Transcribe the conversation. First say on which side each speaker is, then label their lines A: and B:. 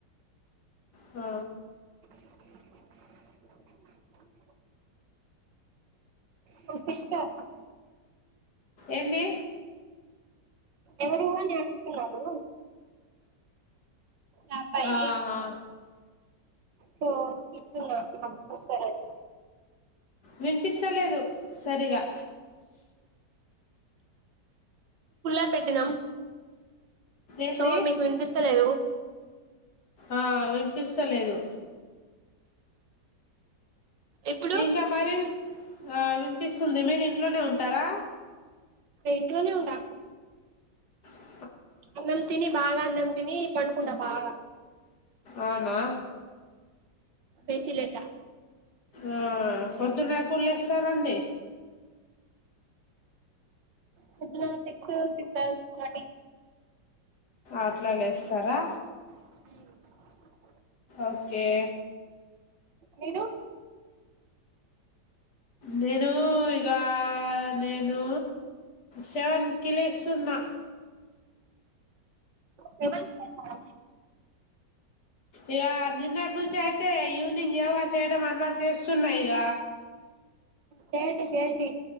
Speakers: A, on the left (about 65°); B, on the right (about 85°).
A: ఆ
B: <inaudible> మా సిస్టర్
A: ఎంది
B: ఎవరు అని అడుగుతున్నారు ఆ అబ్బాయి
A: ఆహా
B: సో చెప్తున నాకు సిస్టర్ అని
A: వినిపిస్తలేదు సరిగా
B: కుల్లర్ పెట్టిన్నం
A: ఏంది
B: సో మీకు వినిపిస్తలేదు
A: ఆ వినిపిస్తలేదు
B: ఇప్పుడు
A: ఇంకా మరి ఆ వినిపిస్తుంది మీరు ఇంట్లోనే ఉంటారా
B: ఇంట్లోనే ఉండాము
A: అ
B: అన్నం తిని బాగా అన్నం తిని పన్ కుండ బాగ
A: అవునా
B: ఏసి లేక
A: ఆ పొద్దున ఎప్పుడు లేస్తారండి
B: పోద్దున సిక్స్ సిక్స్ థటీ
A: అట్లా లేస్తారా
B: మ్
A: ఓకే
B: మీరు
A: నేను ఇగ నేను సెవెన్కి లేస్తున్నా
B: సెవన్కు లేస్తరా
A: ఇగ నిన్నటి నుంచి అయితే ఈవినింగ్ యోగా చేయడం అలవాటు చేస్తున్నా ఇగ
B: చేయండి చేయండి